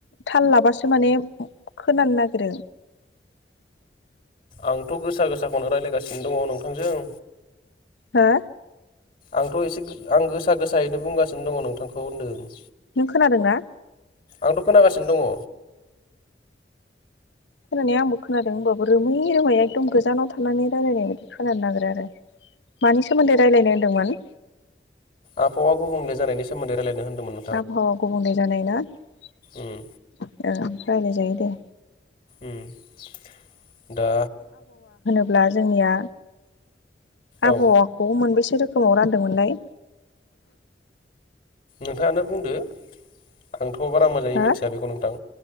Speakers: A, on the left (about 85°); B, on the left (about 40°).
A: थाल लाबासो माने खोनानो नागिरो।
B: आंथ' गोसा गोसाखौनो रायज्लायगासिनो दङ नोंथांजों।
A: हो
B: आंथ' एसे आं गोसा गोसायैनो बुंगासिनो दङ नोंथांखौ होनदों।
A: नों खोनादोंना?
B: आंथ' खोनागासिनो दङ।
A: खोनानाया आंबो खोनादों होमबाबो रोमै रोमै एखदम गोजानाव थानानै रायलायनाय बायदि खोनानो नागोरो आरो। मानि सोमोन्दै रायलायनो होनदोंमोन?
B: आबहावा गुबुंले जानायनि सोमोन्दै रायलायनो होन्दोंमोन
A: आबहावा गुबुंले जानायना ओ
B: उम
A: रायलाय जायो दे।
B: उम दा
A: ब्ला जोंनिया आबहावाखौ
B: औ
A: मोनबैसे रोखोमाव रानदोंमोनलाय?
B: नोंथाङानो बुंदो आंथ' बारा मोजाङै
A: हो
B: मिथिया बेखौ नोंथां।